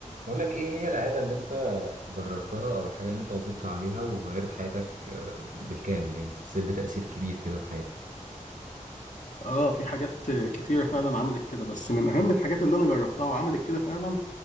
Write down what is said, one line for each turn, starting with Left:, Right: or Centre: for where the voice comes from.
Right: بقول لك ايه هي العادة اللي انت جربتها او الحاجة اللي انت واظبت عليها وغيرت حياتك آه، بالكامل يعني حسيت بتأثير كبير كده في حياتك
Left: اه في حاجات كتيرة فعلا عملت كده بس من أهم الحاجات اللي أنا جربتها وعملت كده فعلا